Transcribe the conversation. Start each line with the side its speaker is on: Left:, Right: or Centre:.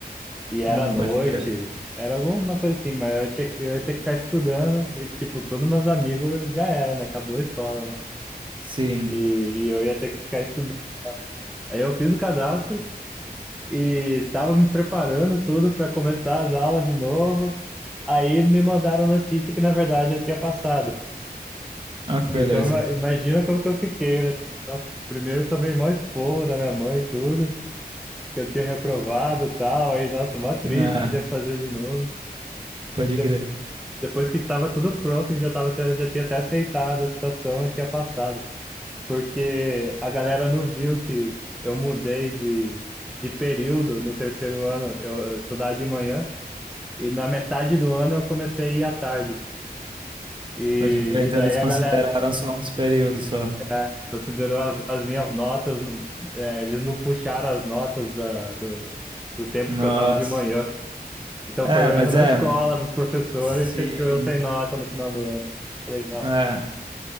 Centre: E era
Right: Hum,
Centre: à noite,
Right: pode crer.
Centre: era alguma coisa assim, mas eu ia ter, que- eu ia ter que ficar estudando e, tipo, todos meus amigos já era, né? Acabou a escola, né?
Right: Sim.
Centre: E, e eu ia ter que ficar estudando. Aí eu fiz o cadastro. e tava me preparando tudo para começar as aulas de novo. Aí me mandaram notícia que na verdade eu tinha passado.
Right: Ó, que beleza.
Centre: Então ima- imagina como que eu fiquei, né? Tipo, nossa, primeiro eu tomei mó esporro da minha mãe e tudo, que eu tinha reprovado e tal. Aí, nossa, mó triste
Right: Ah,
Centre: que tinha que fazer de novo.
Right: pode
Centre: De-
Right: crer.
Centre: depois que tava tudo pronto, que já tava até- já tinha até aceitado a situação e tinha passado. Porque a galera não viu que eu mudei de, de período no terceiro ano. Eu, eu estudava de manhã E na metade do ano eu comecei a ir à tarde. E,
Right: Pode crer. Então
Centre: e daí
Right: eles
Centre: a
Right: consideraram
Centre: galera
Right: só um dos períodos só.
Centre: é, considerou as, as minhas notas, é, eles não puxaram as notas da, do, do tempo
Right: Nossa.
Centre: que eu tava de manhã. Então
Right: É,
Centre: foi o erro
Right: mas
Centre: da
Right: é.
Centre: escola, dos professores,
Right: Sim.
Centre: e fechou eu sem nota no final do ano. Falei, nossa,
Right: É,